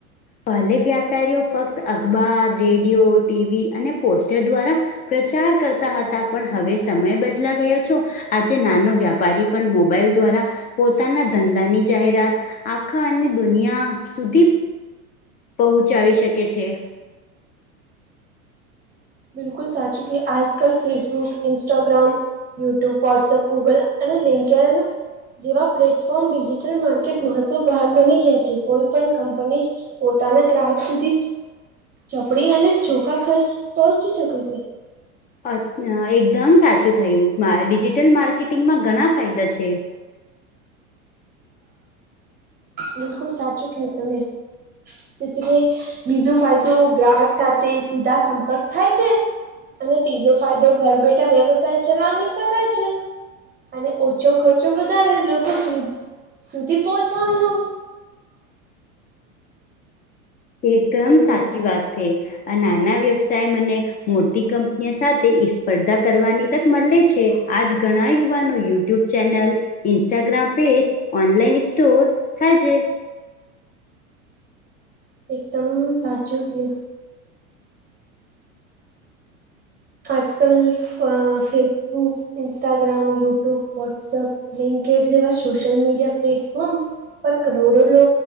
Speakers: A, on the left; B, on the right.
A: પહેલે વ્યાપારીઓ ફક્ત અખબાર રેડિયો ટીવી અને પોસ્ટર દ્વારા પ્રચાર કરતા હતા પણ હવે સમય બદલા ગયો છો. આજે નાનો વ્યાપારી પણ મોબાઈલ દ્વારા પોતાના ધંધાની જાહેરાત આખા અને દુનિયા સુધી પહોંચાડી શકે છે.
B: બિલકુલ સાચું કે આજ કલ Facebook Instagram YouTube WhatsApp Google અને લિંક કેરનું. જેવા પ્લેટફોર્મ ડિજિટલ માર્કેટ મહત્વ ભાગ બની ગયા છે કોઈ પણ કંપની પોતાના ગ્રાહક સુધી ચપડી અને ચોખા ખર્ચ પહોંચી શકે છે.
A: અ એકદમ સાચું થયું મા ડિજિટલ માર્કેટિંગમાં ઘણા ફાયદા છે.
B: બિલકુલ સાચું કિયુ તમે. જે કે બીજો ફાયદો ગ્રાહક સાથે સીધા સંપર્ક થાય છે અને ત્રીજો ફાયદો ઘર બેઠા વ્યવસાય ચલાવી શકાય છે અને ઓછો ખર્ચો વધારે લોકો સુ સુધી પહોંચાડનો
A: એકદમ
B: અને
A: સાચી વાત થે આ નાના વ્યવસાય મને મોટી કંપનીઓ સાથે એ સ્પર્ધા કરવાની તક મળે છે આજ ઘણા યુવાનો YouTube channel Instagram page online store થાય છે
B: એકદમ સાચું કયો આજ કલ Facebook Instagram YouTube WhatsApp LinkedIn જેવા સોશિયલ મીડિયા પ્લેટફોર્મ પર કરોડો લો